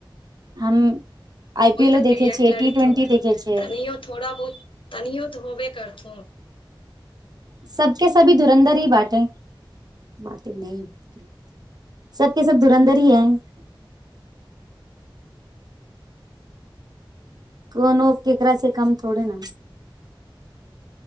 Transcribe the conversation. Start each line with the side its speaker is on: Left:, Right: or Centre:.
Right: हम आईपीएलो
Left: ओ त
Right: देखे
Left: प्रिया
Right: छियै
Left: खिलाड़ी
Right: टी ट्वेंटी
Left: थो
Right: देखे छियै
Left: तनयो थोड़ा बहुत तनिो त होबे करथौ।
Right: सबके सभी धुरन्धर ही बाँटे। बाते न सबबके सब धुरन्धर ही है <unintelligible> कोनो केकरा से काम थोड़े ने।